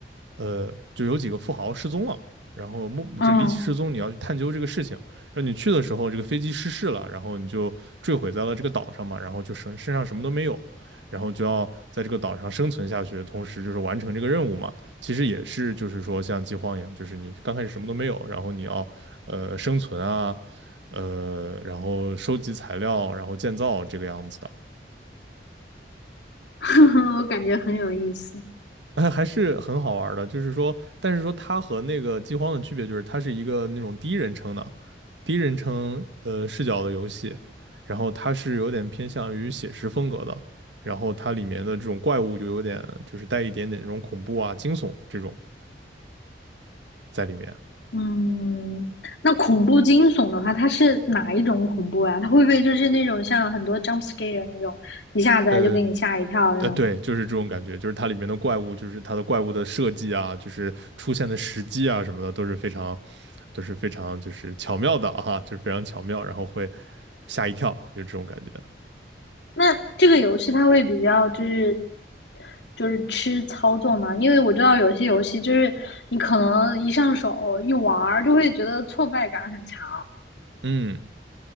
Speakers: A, on the right; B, on the left.
A: 呃，就有几个富豪失踪了，然后莫这离奇失踪，
B: 嗯，
A: 你要去探究这个事情。然后你去的时候，这个飞机失事了，然后你就坠毁在了这个岛上嘛，然后就身身上什么都没有，然后就要在这个岛上生存下去，同时就是完成这个任务嘛。其实也是就是说像饥荒一样，就是你刚开始什么都没有，然后你要呃生存啊，呃，然后收集材料，然后建造这个样子的。
B: <laughs> 我感觉很有意思。
A: <laughs> 还是很好玩儿的，就是说，但是说它和那个饥荒的区别就是，它是一个那种第一人称的第一人称呃视角的游戏，然后它是有点偏向于写实风格的，然后它里面的这种怪物就有点就是带一点点那种恐怖啊、惊悚的这种在里面，
B: 嗯，那恐怖惊悚的话，它是哪一种恐怖呀？它会不会就是那种像很多 jump scare 那种，一下子就给你吓一跳那种？
A: 呃呃，对，就是这种感觉，就是它里面的怪物，就是它的怪物的设计啊，就是出现的时机啊什么的都是非常，都是非常就是巧妙的哈、就是非常巧妙，然后会吓一跳，就这种感觉。
B: 那这个游戏它会比较就是就是吃操作嘛，因为我知道有些游戏就是你可能一上手一玩儿就会觉得挫败感很强。
A: 嗯，